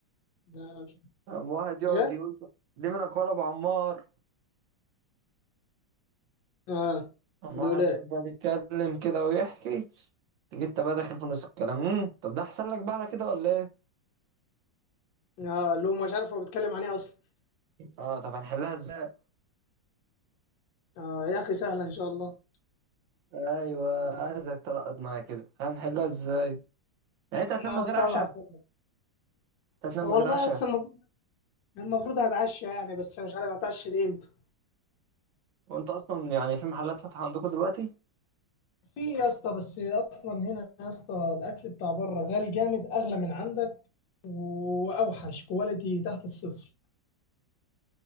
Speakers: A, on the left; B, on the right.
A: لا لا مش
B: قام واحد يقعد
A: ايه
B: يقول دي منك ولا ابو عمار
A: اه
B: قام
A: بيقول
B: واحد
A: ايه
B: يفضل يتكلم كده ويحكي تيجي انت بقى داخل في نص الكلام مم. طب ده احسن لك بقى على كده ولا ايه
A: اه لو مش عارف هو بيتكلم عن ايه اصلا
B: اه طب هنحلها ازاي
A: اه يا اخي سهله ان شاء الله
B: ايوه عايزك تلقط معايا كده هنحلها ازاي يعني انت هتنام
A: انا
B: من
A: كنت
B: غير عشاء
A: ازعل والله
B: انت هتنام
A: والله
B: من غير عشاء
A: يا اسطى المفروض المفروض هتعشى يعني بس مش عارف هتعشى دي امتى
B: وانت اصلا يعني في محلات فاتحه عندكم دلوقتي
A: في يا اسطى بس اصلا هنا يا اسطى الاكل بتاع بره غالي جامد اغلى من عندك واوحش كواليتي تحت الصفر